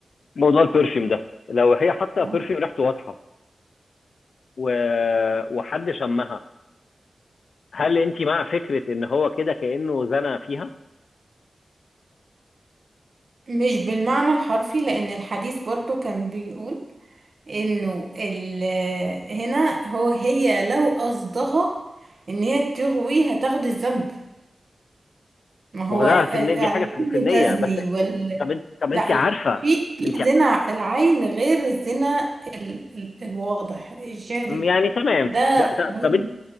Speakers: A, on the left (about 85°); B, on the right (about 55°).
A: موضوع البرفيوم ده لو هي حاطه
B: آه.
A: برفيوم ريحته واضحه و... وحد شمها هل انت مع فكره ان هو كده كانه زنى فيها
B: مش بالمعنى الحرفي لان الحديث برضو كان بيقول انه ال هنا هو هي لو قصدها ان هي تغوي هتاخد الذنب ما هو
A: ما هو ده في
B: العين
A: النية دي حاجه في في النيه
B: تزني
A: بس
B: وال
A: طب انت طب انت
B: لا
A: عارفه
B: لا في في
A: انت
B: زنا العين غير الزنا ال... ال... الواضح الجاري
A: م- يعني تمام
B: ده
A: ب- ط-
B: برضه
A: طب انت